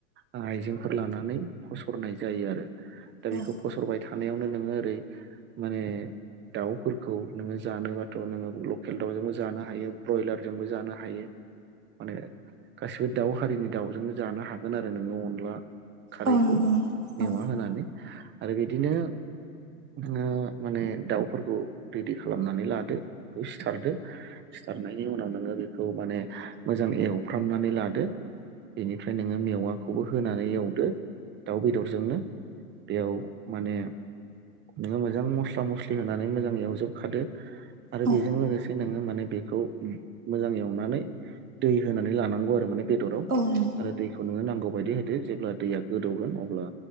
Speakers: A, on the right; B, on the right.
A: आइजेंफोर लानानै होसरनाय जायो आरो दा बेखौ
B: औ
A: फसरबाय थानायावनो नोङो ओरै माने दाउफोरखौ नोङो जानोबाथ' नोङो लकेल दाउजोंबो जानो हायो ब्रयलार जोंबो जानो हायो माने गासिबो दाउ हारिनि दाउजोंनो जानो हागोन आरो नोङो अनला खारैखौ
B: औ नंगौ नोंथां
A: मेवा होनानै आरो बिदिनो नोङो माने दाउफोरखौ रेडि खालामनानै लादो बेखौ सिथारदो सिथारनायनि उनाव नोङो बेखौ माने मोजां एवफ्रामनानै लादो बेनिफ्राय नोङो मेवाखौबो होनानै एवदो दाउ बेदरजोंनो बेयाव माने नोङो मोजां मस्ला मस्लि होनानै मोजां एवजोबखादो आरो
B: औ
A: बेजों लोगोसे नोङो माने बेखौ मोजां एवनानै दै होनानै लानांगौ आरो माने बेदराव
B: औ नंगौ
A: आरो दैखौ नोङो नांगौ बायदि होदो जेब्ला दैया गोदौगोन अब्ला